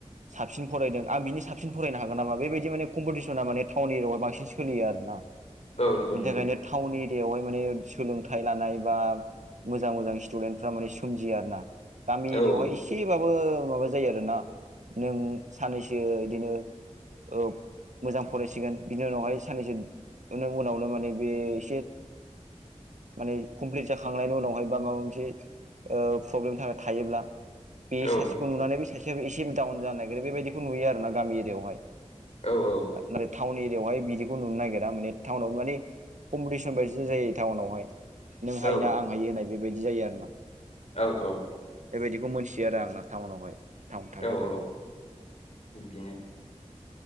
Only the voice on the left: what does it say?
औ नंगौ
नंगौ
औ
औ
औ-औ।
औ
औ-औ।
औ-औ बिदिनो।